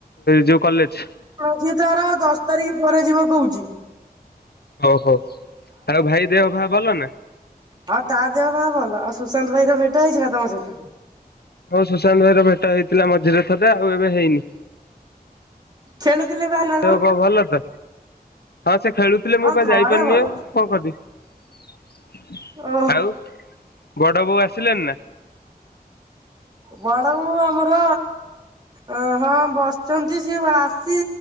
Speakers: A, on the left; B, on the right.
A: ଯୋଉ କଲେଜ?
B: ଆଜି ତାର ଦଶ୍ ତାରିକ୍ ପରେ ଯିବ କହୁଛିି।
A: ଓହୋ। ଆଉ ଭାଇ ଦେହ ଫା ଭଲ ନା?
B: ହଁ ତା ଦେହ ପା ଭଲ। ଆଉ ସୁଶାନ୍ତ ଭାଇ ର ଭେଟ ହେଇଛି ନା ତମ ସହିତ?
A: ହଉ ସୁଶାନ୍ତ ଭାଇର ଭେଟ ହେଇଥିଲା ମଝିରେ ଥରେ ଆଉ ଏବେ ହେଇନି।
B: ଖେଳୁଥିଲେ ବା ଏମା
A: ଦେହ ପାଆ ଭଲ ତ ହଁ ସେ ଖେଳୁଥିଲେ ମୁଁ
B: ହଁ
A: ବା
B: ଘରେ
A: ଯାଇପାରୁନି
B: ଭଲ
A: ଆଉ। କଣ କରିବି
B: ଓ
A: ଆଉ ବଡ ବୋଉ ଆସିଲେନି ନା।
B: ବଡ଼ବୋଉ ଆମର ଅ ହଁ ବସିଛନ୍ତି ସିଏ ଆସି